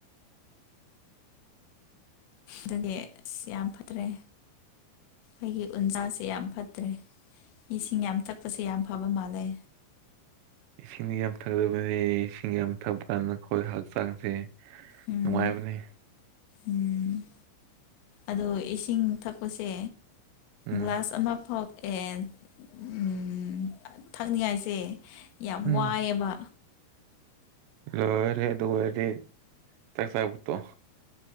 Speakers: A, on the left (about 75°); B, on the right (about 80°).
A: ꯗꯨꯒꯤ ꯑꯁ ꯌꯥꯝ ꯐꯠꯇ꯭ꯔꯦ ꯑꯩꯒꯤ ꯎꯟꯖꯥꯁꯤ ꯌꯥꯝ ꯐꯠꯇ꯭ꯔꯦ ꯏꯁꯤꯡ ꯌꯥꯝ ꯊꯛꯄꯁꯦ ꯌꯥꯝ ꯐꯕ ꯃꯥꯜꯂꯦ
B: ꯏꯁꯤꯡꯗꯤ ꯌꯥꯝ ꯊꯛꯂꯕꯗꯤ ꯏꯁꯤꯡ ꯌꯥꯝ ꯊꯛꯄ ꯀꯥꯟꯗ ꯑꯈꯣꯏ ꯍꯛꯆꯥꯡꯁꯦ
A: ꯎꯝ
B: ꯅꯨꯡꯉꯥꯏꯕꯅꯦ
A: ꯎꯝ ꯑꯗꯣ ꯏꯁꯤꯡ ꯊꯛꯄꯁꯦ
B: ꯎꯝ
A: ꯒ꯭ꯂꯥꯁ ꯑꯃ ꯐꯥꯎ ꯎꯝ ꯊꯛꯅꯤꯡꯉꯥꯏꯁꯦ ꯌꯥꯝ
B: ꯎꯝ
A: ꯋꯥꯏꯌꯦꯕ
B: ꯂꯣꯏꯔꯦ ꯑꯗꯨꯑꯣꯏꯔꯗꯤ ꯆꯥꯛ ꯆꯥꯕ ꯇꯣꯛꯑꯣ